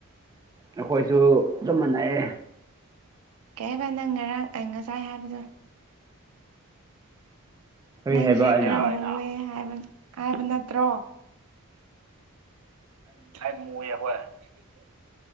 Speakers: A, on the right; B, on the right.
A: ꯑꯩꯈꯣꯏꯁꯨ ꯆꯞ ꯃꯅꯩꯌꯦ
B: ꯀꯩ ꯍꯥꯕ ꯅꯪ ꯉꯔꯥꯡ ꯑꯩ ꯉꯁꯥꯏ ꯍꯥꯏꯕꯗꯣ
A: ꯀꯔꯤ
B: ꯅꯪꯁꯦ
A: ꯍꯥꯏꯕ ꯑꯩꯅ
B: ꯀꯩ ꯍꯥꯏꯕꯥ ꯑꯩ ꯅꯥ ꯈꯔꯥ ꯃꯨꯋ‌ꯦ ꯍꯥꯏꯕ ꯍꯥꯏꯕ ꯅꯠꯇ꯭ꯔ‌ꯣ ꯑꯩ ꯃꯨꯌꯦ ꯍꯣꯏ